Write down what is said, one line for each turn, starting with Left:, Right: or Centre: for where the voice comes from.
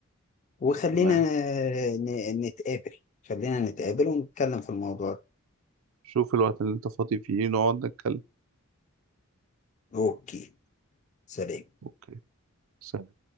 Left: وخلينا
Right: تمام
Left: ن- نتقابل خلينا نتقابل ونتكلم في الموضوع ده.
Right: شوف الوقت اللي انت فاضي فيه نقعد نتكلم
Left: اوكي سلام
Right: اوكي سلام